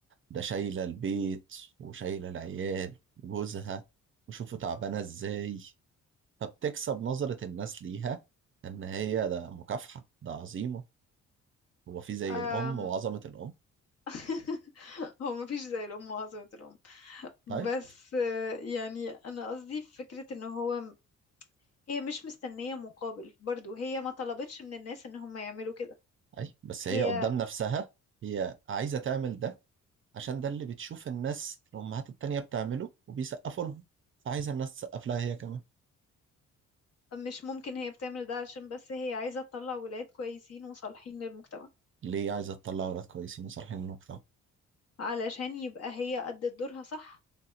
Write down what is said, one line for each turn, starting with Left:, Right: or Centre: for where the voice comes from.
Right: ده شايلة البيت وشايلة العيال وجوزها وشوفوا تعبانة إزاي فبتكسب نظرة الناس ليها إن هي ده مكافحة ده عظيمة هو في زي
Left: أم...
Right: الأم وعظمة الأم
Left: <laughs> هو مفيش زي الام وعظمة الام
Right: طيب
Left: بس آه، يعني انا قصدي في فكرة ان هو هي مش مستنية مقابل برضو هي ما طلبتش من الناس ان هم يعملوا كده
Right: أي بس
Left: هي
Right: هي قدام نفسها هي عايزة تعمل ده عشان ده اللي بتشوف الناس الأمهات التانية بتعمله وبيسقفوا لهم فعايزة الناس تسقف لها هي كمان
Left: مش ممكن هي بتعمل ده عشان بس هي عايزة تطلع ولاد كويسين وصالحين للمجتمع
Right: ليه عايزة تطلع ولاد كويسين وصالحين للمجتمع
Left: علشان يبقى هي أدت دورها صح